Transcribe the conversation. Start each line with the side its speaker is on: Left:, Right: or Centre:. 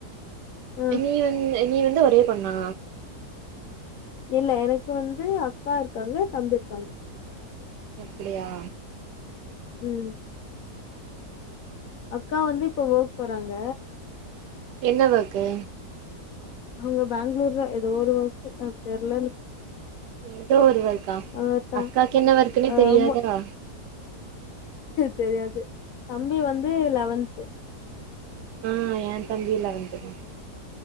Left: ஆ
Right: நீ வந்து நீ வந்து ஒரே பொண்ணா
Left: இல்ல எனக்கு வந்து அக்கா இருக்காங்க தம்பி இருக்காங்க
Right: அப்புடியா
Left: உம் அக்கா வந்து இப்ப ஓர்க் போறாங்க
Right: என்ன வொர்க்கு
Left: அவுங்க பேங்ளூர்ல ஏதோ ஒரு வொர்க்கு அது தெர்ல எனக்கு
Right: ஏதோ ஒரு ஒர்க்கா
Left: ஆ த
Right: அக்காக்கு என்ன ஒர்க்குன்னே
Left: ஆமா
Right: தெரியாதா
Left: தெரியாது தம்பி வந்து லெவன்த்
Right: ஆ ஏ தம்பி லெவன்த்துதா